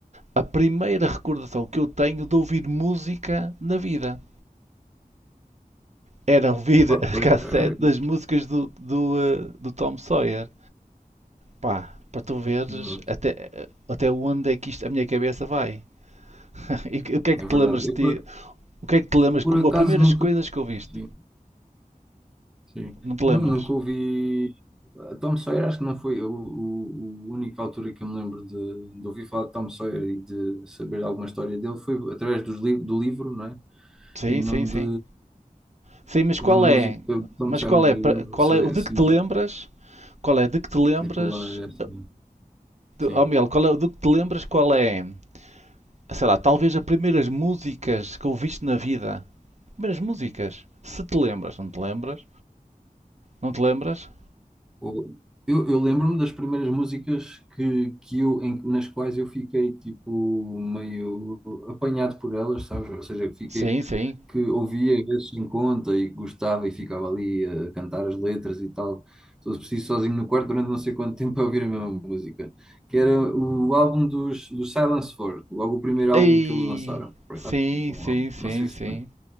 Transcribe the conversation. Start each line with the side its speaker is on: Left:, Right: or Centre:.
Right: a primeira recordação que eu tenho de ouvir música na vida. Era ouvir
Centre: pá,
Right: a
Centre: pois,
Right: cassete
Centre: é,
Right: das músicas do, do, eh, do Tom Sawyer. Pá, para tu veres
Centre: exato.
Right: até, até onde é que isto, a minha cabeça vai. <laughs> E o que é que
Centre: É
Right: te
Centre: verdade.
Right: lembras de
Centre: Eu por,
Right: ti? O que é que te lembras
Centre: por
Right: como
Centre: acaso
Right: as primeiras
Centre: nunca.
Right: coisas que ouviste?
Centre: Sim, sim.
Right: Não te lembras?
Centre: Nu- nunca ouvi. A Tom Sawyer, acho que não foi o, o, o única altura que eu me lembro de, de ouvir falar de Tom Sawyer e de saber alguma história dele foi através dos li, do livro, não é?
Right: Sim,
Centre: E não
Right: sim, sim.
Centre: de.
Right: Sim, mas
Centre: Da
Right: qual
Centre: música,
Right: é?
Centre: então
Right: Mas
Centre: me sai
Right: qual
Centre: mais
Right: é,
Centre: ajuda,
Right: qual
Centre: sei
Right: é o de
Centre: assim,
Right: que te lembras?
Centre: de
Right: Qual é de que te lembras?
Centre: circular esta,
Right: eh,
Centre: não. sim.
Right: oh, Miguel, qual é o de que te lembras? Qual é sei lá, talvez as primeiras músicas que ouviste na vida. Primeiras músicas. Se te lembras, não te lembras? Não te lembras?
Centre: O- Eu, eu lembro-me das primeiras músicas que, que eu, em- nas quais eu fiquei, tipo, meio apanhado por elas, sabes? Ou seja, que fiquei,
Right: Sim, sim.
Centre: que ouvia às vezes em conta e gostava e ficava ali a cantar as letras e tal. Se fosse preciso, sozinho no quarto durante não sei quanto tempo a ouvir a mesma música. Que era o álbum dos, dos Silence 4, logo o primeiro álbum
Right: Ei!
Centre: que eles lançaram. Por
Right: Sim,
Centre: acaso, é um bom
Right: sim,
Centre: álbum.
Right: sim,
Centre: Não sei se...
Right: sim.